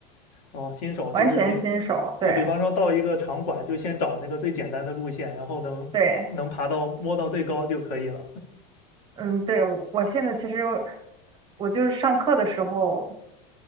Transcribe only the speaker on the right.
完全新手，
对。
对，嗯，对，我我现在其实我就是上课的时候，